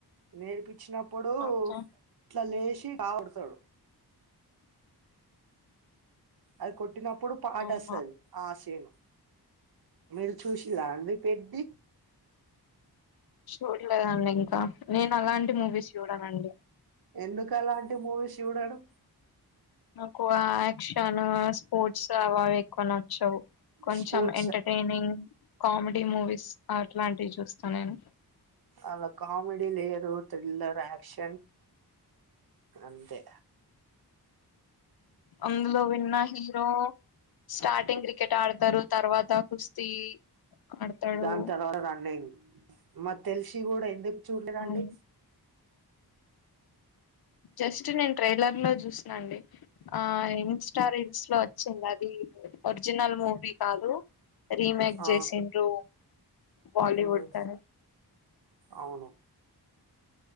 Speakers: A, on the right; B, on the left.
A: నేర్పచ్చినప్పుడు
B: ఓకే
A: ఇట్లా లేచి చి బావొడుతాడు అది కొట్టినప్పుడు పాటొస్తది
B: అవునా
A: ఆషెను మీరు చూషిల్ల అండి పెద్ది
B: చూల్లేదండి ఇంకా నేను అలాంటి మూవీస్ జూడనండి
A: ఎందుకలాంటి మూవీష్ జూడడు
B: నాకు ఆ యాక్షను స్పోర్ట్స్ అవావి ఎక్కువ నచ్చవు కొంచెం
A: స్పోర్ట్స్
B: ఎంటర్టైనింగ్ కామెడీ మూవీస్ అట్లాంటివి జుస్తా నేను
A: అలా కామెడీ లేదు థ్రిల్లర్ యాక్షన్ అంతే
B: అందులో విన్న హీరో స్టార్టింగ్ క్రికెట్ ఆడతరు తర్వాత కుస్తీ ఆడతాడు
A: దాంతర్వత ఆన్నే మర్ తెల్షీగూడ ఎందుకు చూడలేదండి
B: అవును జష్ నేను ట్రైలర్ లో జూషినా అండి ఆ ఇన్స్టా రీల్సో వొచ్చింది అది ఒర్ జినల్ మూవీ కాదు రీమైక్
A: ఆ
B: జేసిండ్రు బాలివుడ్
A: మ్మ్
B: కని
A: అవును